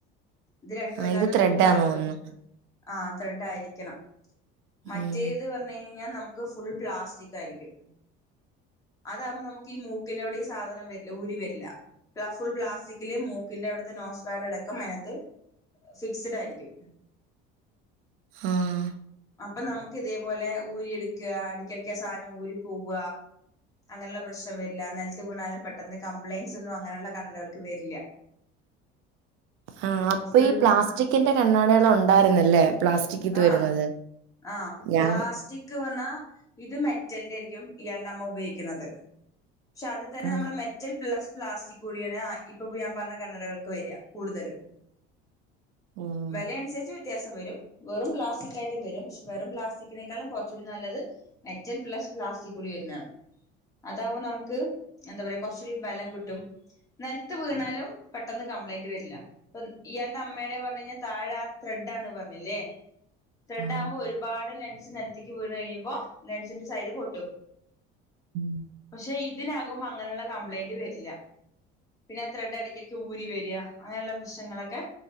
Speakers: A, on the left (about 15°); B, on the right (about 75°).
A: ഇത് രണ്ടുഅല്ലാതെ
B: ആ ഇത് ത്രെഡാന്ന്
A: ഫുൾ കവർ
B: തോന്നുന്നു.
A: ആഹ് ത്രെഡ് ആയിരിക്കണം മറ്റേത്
B: ഉം
A: പറ്ഞ്ഞഴിഞ്ഞായ്ഞ്ഞാ നമുക്ക് ഫുൾ പ്ലാസ്റ്റിക് ആയിരിക്കും അതാവകുമ്പോ നമ്മുക്കി ഈ മൂക്കിന്റെറെവിടെ ഈ സാധനം വെരില്ല ഊരി വെര്ല്ല ഫുൾ പ്ലാസ്റ്റിക്കില് മൂക്കിന്റെ അവിടുത്തെ നോസ്ഫാഡ് അടക്കം അയ്നത്ത്. ഫിക്സ്ഡ് ആയ്രിക്കും
B: ആഹ്
A: അപ്പൊ നമ്മുക്ക് ഇതേപോലെ ഊരി എടുക്ക ഇടക്ക് ഇടക്ക് ഈ സാനം ഊരി പോവ. അങ്ങനെയുള്ള പ്രശ്നം വരില്ല നലത്ത് വീണാലും പെട്ടെന്ന് കംപ്ലയിൻറ്സ് ഒന്നും അങ്ങനെയുള്ള കണ്ണടകൾക്ക് വരില്ല
B: ആ അപ്പൊ
A: ഫുൾ
B: ഈ പ്ലാസ്റ്റിക്കിന്റെ കണ്ണാടകൾ ഉണ്ടായിരുന്നല്ലേ പ്ലാസ്റ്റിക് ഇത്
A: ആഹ്
B: വരുന്നത്
A: ആഹ്
B: ഞാൻ
A: പ്ലാസ്റ്റി കക്ക് ന്ന് പറഞ്ഞാ ഇത് മെറ്റന്റെ യിരിക്കും ഇയാളുടെ അമ്മ ഉപയോഗിക്കുന്നത്. പക്ഷെ അത് തന്നെ
B: ആ
A: നമ്മുടെ മെറ്റൽ പ്ലസ് പ്ലാസ്റ്റിക്. കൂടിയാണ് ഇപ്പപ്പോ ഞാൻ പറഞ്ഞ കണ്ണടകൾക്ക് വരിക കൂടുതലും
B: ഉം
A: വെലയനുസരിച്ച് വ്യത്യാസം വരും വെറും പ്ലാസ്റ്റിക്കായിട്ടും വരുംക്ഷെ വെറും പ്ലാസ്റ്റിക്കിനേക്കാളും കുറച്ചൂടി നല്ലത്, മെറ്റൽ പ്ലസ് പ്ലാസ്റ്റിക് കൂടി വരുന്നതാണ്. അതാകുമ്പൾ നമുക്ക് എന്താ പറയാ കൊറച്ചൂടി ബലം കിട്ടും. നെലത്ത് വീണാലും പെട്ടെന്ന് കംപ്ലയിന്റ് വരില്ല. അപ്പൊ ഇയാളുടെ അമ്മയുടെ പറഞ്ഞു കഴിഞ്ഞാൽ താഴെ ആ ത്രെഡ് ആണ് പറഞ്ഞില്ലേ ത്രെഡ്
B: ഉം
A: ആകുമ്പോ ഒരുപാട് ലെൻസ് നിലത്തേക്ക് വീണ് കഴിയുമ്പോ ലെൻസിന്റെ സൈഡ് പൊട്ടും
B: ഉം
A: പക്ഷെ ഇതിനാകുമ്പോ അങ്ങനെയുള്ള കംപ്ലൈയിന്റ് വരില്ല. പിന്നെ ത്രെഡ് എടക്കിടക്ക് ഊരി വെര്യ അങ്ങനെയുള്ള പ്രശ്നങ്ങളൊക്കെ